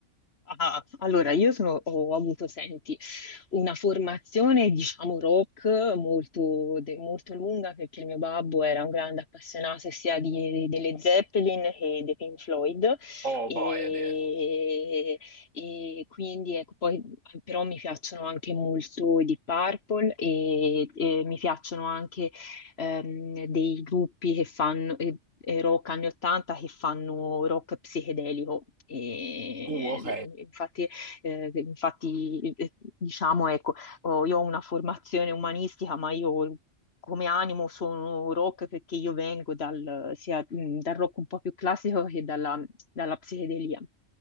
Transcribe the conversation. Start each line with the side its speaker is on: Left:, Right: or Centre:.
Left: Ah, allora, io sono- ho avuto, senti, una formazione, diciamo, rock molto, de- molto lunga perché il mio babbo era un grande appassionato sia di, delle Zeppelin che dei Pink Floyd
Right: Oh
Left: e,
Right: boy, Ade.
Left: e quindi ecco, poi però mi piacciono anche molto i Deep Purple e, e mi piacciono anche ehm, dei gruppi che fanno eh, eh, rock anni 80 che fanno rock psichedelico. E,
Right: Uh, ok.
Left: eh, infatti eh, infatti, eh, diciamo, ecco, ho- io ho una formazione umanistica, ma io come animo sono rock perché io vengo dal, sia, mh, dal rock un po' più classico che dalla, dalla psichedelia.